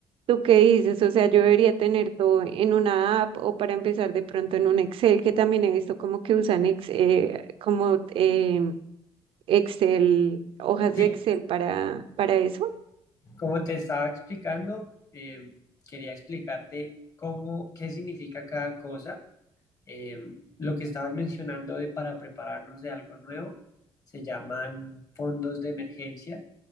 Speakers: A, on the right; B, on the left.
A: ¿Tú qué dices? O sea, yo debería tener todo en una app o para empezar de pronto en un Excel, que también he visto como que usan ex- eh, como em, Excel, hojas
B: Sí,
A: de Excel para, para eso.
B: Como te estaba explicando, eh, quería explicarte cómo, qué significa cada cosa. Eh, lo que estabas mencionando de para prepararnos de algo nuevo se llaman fondos de emergencia